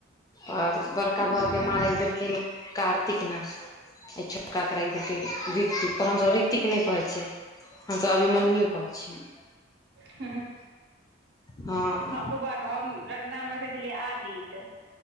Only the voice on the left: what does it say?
और बड़का
बौआके माँ राखि देलखिन तिकना आ छोटकाके राखि देलकै ऋतिक। त हमसभ ऋतिक नै कहै छियै। हम सभ अभिमन्यु कहै छियै।
हँ